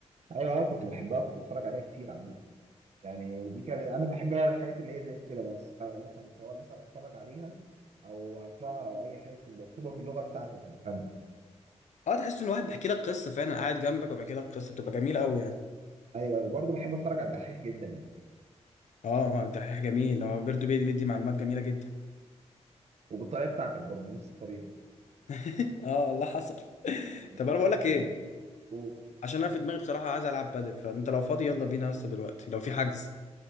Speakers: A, on the right; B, on the left.
A: ايوه اه كنت بحبها كنت بتفرج عليها كتير عامة يعني دي كانت انا بحب بقى الحاجات اللي هي زي كده بس مثلا سواء مثلا اتفرج عليها او اقراها او اي حاجه تكون مكتوبه باللغه بتاعتي عشان افهمها
B: اه تحس ان واحد بيحكي لك قصه فعلا قاعد جنبك وبيحكي لك قصه بتبقى جميله قوي يعني
A: ايوه وبرضه بحب اتفرج على الدحيح جدا يعني
B: اه ما ده حاجه جميل هو بيرضو بيدي بيدي معلومات جميله جدا
A: وبالطريقه بتاعتك برضه نفس الطريقه
B: <laughs> اه والله حصل <laughs>
A: يعني-
B: طب انا بقول لك
A: يعني-
B: ايه
A: و-
B: عشان انا في دماغي بصراحه عايز العب بادل فانت لو فاضي يلا بينا يا اسطى دلوقتي لو في حجز